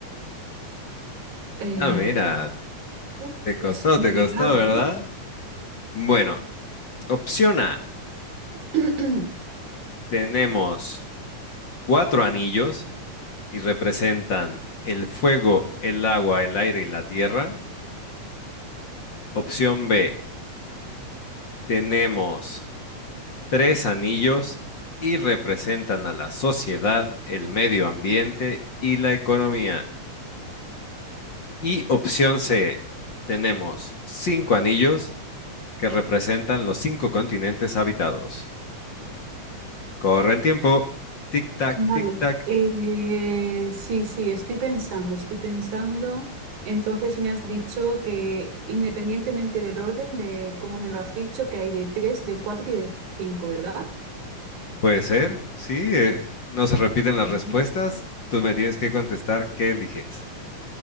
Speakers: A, on the right (about 70°); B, on the left (about 40°).
A: Eh,
B: Ah, mira,
A: uf,
B: te costó,
A: es complicada,
B: te costó, ¿verdad?
A: ¿eh?
B: Bueno, opción A,
A: <clears throat>
B: tenemos cuatro anillos y representan el fuego, el agua, el aire y la tierra. Opción B, tenemos tres anillos y representan a la sociedad, el medio ambiente y la economía. Y opción C, tenemos cinco anillos que representan los cinco continentes habitados. Corre el tiempo. Tic-tac,
A: Vale,
B: tic-tac.
A: Eh, sí, sí, estoy pensando, estoy pensando. Entonces me has dicho que independientemente del orden de cómo me lo has dicho, que hay de tres, de cuatro y de cinco, ¿verdad?
B: Puede ser, sí. eh, no se repiten las
A: Ujú.
B: respuestas. Tú me tienes que contestar qué eliges.